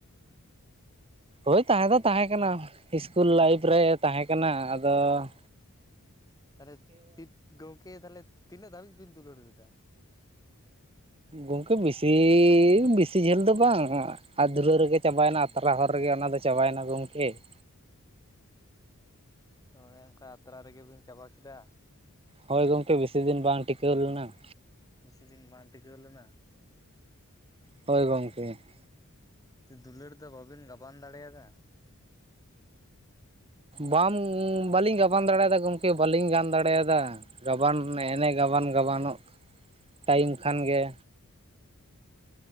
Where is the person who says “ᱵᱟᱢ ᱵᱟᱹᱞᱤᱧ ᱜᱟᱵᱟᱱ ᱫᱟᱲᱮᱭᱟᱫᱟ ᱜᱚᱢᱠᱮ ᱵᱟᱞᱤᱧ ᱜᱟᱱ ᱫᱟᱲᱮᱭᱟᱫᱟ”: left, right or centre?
Right